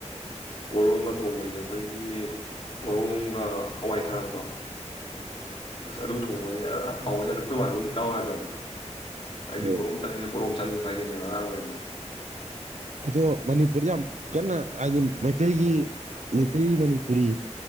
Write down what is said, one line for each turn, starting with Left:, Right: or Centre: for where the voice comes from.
Left: ꯄꯣꯔꯣꯡꯒ ꯊꯣꯡꯕꯁꯦ ꯑꯩꯈꯣꯏꯒꯤ ꯄꯣꯔꯣꯡꯒ ꯍꯋꯥꯏ ꯊꯔꯥꯛꯇꯣ
Right: ꯑꯣ
Left: ꯑꯁ ꯑꯗꯨ ꯊꯣꯡꯕꯁꯦ ꯍꯥꯎꯋ ꯆꯠꯅ ꯑꯩꯈꯣꯏ ꯃꯅꯤꯗ ꯑꯃꯨꯛ ꯆꯥꯎꯕ ꯌꯥꯥꯟꯗꯕ ꯑꯗꯤ
Right: ꯎꯝ
Left: ꯄꯨꯔꯝ ꯆꯠꯉ ꯄꯣꯔꯣꯝ ꯆꯥꯅꯤꯡ ꯈꯥꯏꯗꯣꯏꯅꯦꯕ ꯑꯉꯥꯡ ꯑꯣꯏꯔꯤꯗ
Right: ꯑꯗꯣ ꯃꯅꯤꯄꯨꯔꯁ ꯌꯥꯝ ꯀꯟꯅ ꯍꯥꯏꯗꯤ ꯃꯩꯇꯩꯒꯤ ꯃꯩꯇꯩ ꯃꯅꯤꯄꯨꯔꯤ